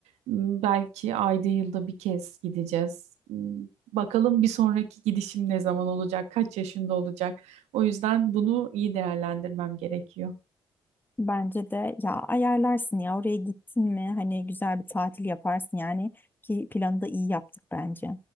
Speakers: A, on the right; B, on the left.
A: m, belki ayda yılda bir kez gideceğiz. M, Bakalım bir sonraki gidişim ne zaman olacak, kaç yaşında olacak. O yüzden bunu iyi değerlendirmem gerekiyor.
B: Bence de ya ayarlarsın ya oraya gittin mi hani güzel bir tatil yaparsın yani ki planı da iyi yaptık bence.